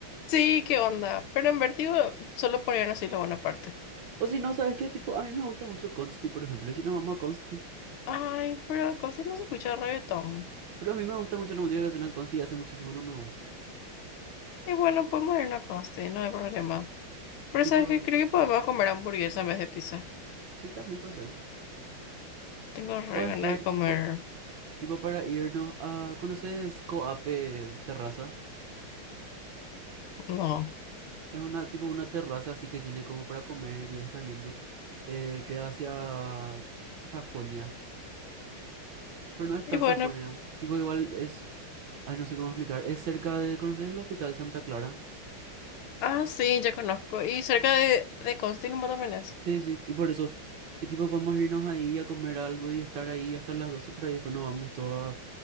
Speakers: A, on the left; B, on the right.
A: Sí, qué onda. Pero en Vertigo solo ponían así la buena parte.
B: O si no, ¿sabes qué? Tipo, a mí me gusta mucho Consti, por ejemplo. Y si no, vamos a Consti.
A: Ay, pero en Costi no se escucha reggaetón.
B: Pero a mí me gusta mucho la música que suena en Consti y hace muchísimo no me voy.
A: Y bueno, podemos irnos a Costi, no hay problema. Pero
B: Tipo,
A: ¿sabes qué? Creo que podemos comer hamburguesa en vez de pizza.
B: sí, también puede ser.
A: Tengo re
B: O estoy
A: ganas de
B: tipo,
A: comer.
B: tipo para irnos a... ¿Conoces Coape Terraza?
A: No.
B: Es una tipo una terraza así que tiene como para comer y es re lindo. Eh, queda hacia Sajonia, pero no es
A: Y
B: tan
A: bueno.
B: Sajonia. Tipo igual es, ay no sé cómo explicar, es cerca de, ¿conoces el Hospital Santa Clara?
A: Ah, sí, ya conozco. Y cerca de, de Costi nomás también es.
B: Sí, sí, y por eso. Y tipo podemos irnos ahí a comer algo y estar ahí hasta las 12 por ahí, después nos vamos todo a,